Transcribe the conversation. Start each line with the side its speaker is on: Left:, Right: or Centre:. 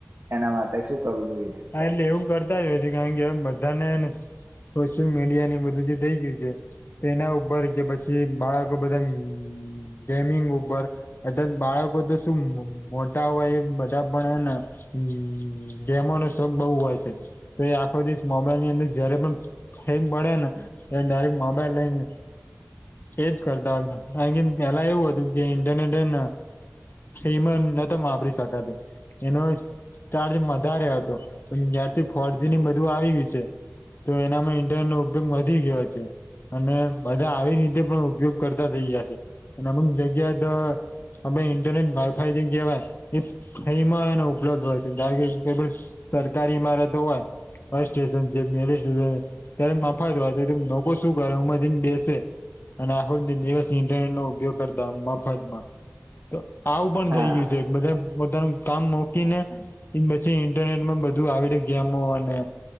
Right: એના માટે શું કરવું જોઈએ?
Left: હા, એટલે એવું કરતા જ હોય છે કારણ કેમ બધાને સોશિયલ મીડિયા ને બધું જે થઈ ગયું છે તેના ઉપર કે પછી બાળકો બધા ગેમિંગ ઉપર અથા બાળકો તો શું મોટા હોય એ બધા પણને હમ્મ ગેમોનો શોખ બઉુ હોય છે તો એ આખો દિવસ મોબાઈલ ની અંદર જયારે પણ ટાઈમ મળે ને એ ડાયરેક્ટ મોબાઈલ લઈને એજ કરતા હતા કાર કે પેલા એવું હતું કે ઇન્ટરનેટ એને એમ નતો વાપરી શકાતો એનો ચાર્જ વધારે હતો. પણ જયારથી ફોર જી ની બધું આવી ગયું છે તો એનામાં ઇન્ટરનેટ નો ઉપયોગ વધી ગયો છે. અને બધા આવી રીતે પણ ઉપયોગ કરતા થઇ જશે અને અમુક જગ્યાએ તો અમે ઇન્ટરનેટ વાઈ ફાઈ જે કહેવાય એ એમાં એનો ઉપલબ્ધ હોય છે કારણ કેપેલો સરકારી માં રહેતા હોય. ફાયર સ્ટેશન છે જે મેલે સેવે ને ત્યારે મફાદ વા તો લોકો શું કરે ઉમાં જઈને બેસે. અને આખો દિવસ ઇન્ટરનેટ નો ઉપયોગ કરતા મફત માં. તો આવું પણ
Right: હા
Left: થઈ ગયું છે બધા પોતાનું કામ મોકી ને એ પછી ઇન્ટરનેટ માં બધું આવેડે ગેમો અને